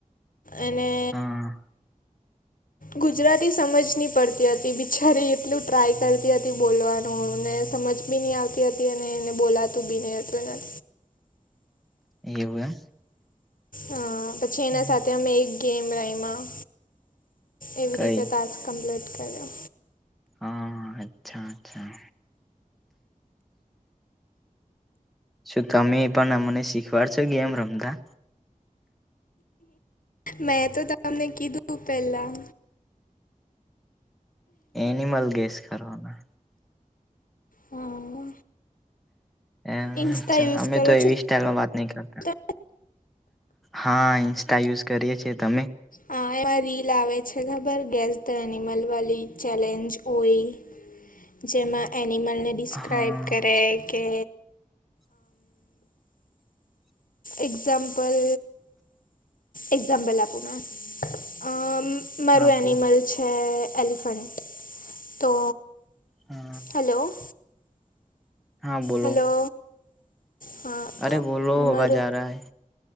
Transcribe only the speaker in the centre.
હા
એવું
એમ
કઈ
હા અચ્છા અચ્છા શું તમે એ પણ અમને શીખવાડ છો ગેમ રમતા
એનિમલ ગેસ કરના
એ
અચ્છા
અમે
તો
એવી સ્ટાઈઇલમાં વાત નઈ કર
હા ઇન્સ્ટા યુઝ કરીે છીએ તમે
હા
આપો
હા
હા બોલો
અરે
બોલો આવા
જ રા હૈ